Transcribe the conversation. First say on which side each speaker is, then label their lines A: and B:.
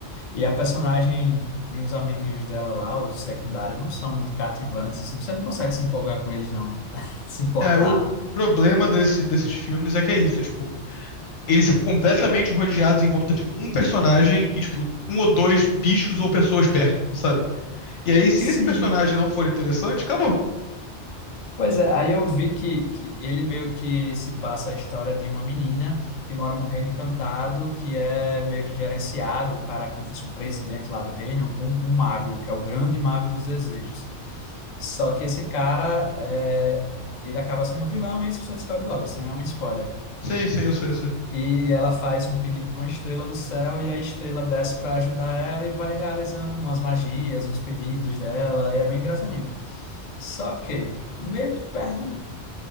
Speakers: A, on the left (about 45°); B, on the left (about 85°).
A: E a personagem e os amiguinhos dela lá, os secundários, não são muito cativantes, assim, você não consegue se empolgar com eles, não, <laughs> se importar.
B: É, o, o problema desse, desses filmes é que é isso, é tipo, eles são completamente rodeados em volta de um personagem e, tipo, um ou dois bichos ou pessoas perto, sabe? E aí, se
A: Sim.
B: esse personagem não for interessante, acabou.
A: Pois é, aí eu vi que, que ele meio que se passa a história de uma menina que mora num reino encantado, que é meio que gerenciado, o cara é como se fosse um presidente lá do reino, um, um mago, que é o grande mago dos desejos. Só que esse cara, é, ele acaba sendo um vilão, e isso você descobre logo, isso não é um spoiler.
B: Sim, sim, eu sei, eu sei.
A: E ela faz um pedido para uma estrela do céu, e a estrela desce para ajudar ela e vai realizando umas magias, uns pedidos dela, e é bem engraçadinho. Só que meio que perde,